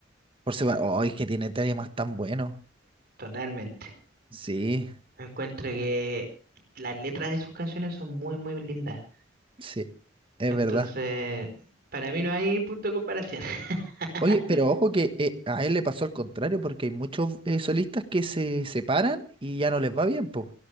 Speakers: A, on the right (about 30°); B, on the right (about 55°).
A: por separado, oh, es que tiene temas tan buenos.
B: Totalmente.
A: Sí,
B: Encuentro que las letras de sus canciones son muy, muy lindas.
A: sí, es
B: Entonces,
A: verdad.
B: para mí no hay punto de comparación. <laughs>
A: Oye, pero ojo que eh, a él le pasó al contrario, porque hay muchos eh, solistas que se separan y ya no les va bien, pues.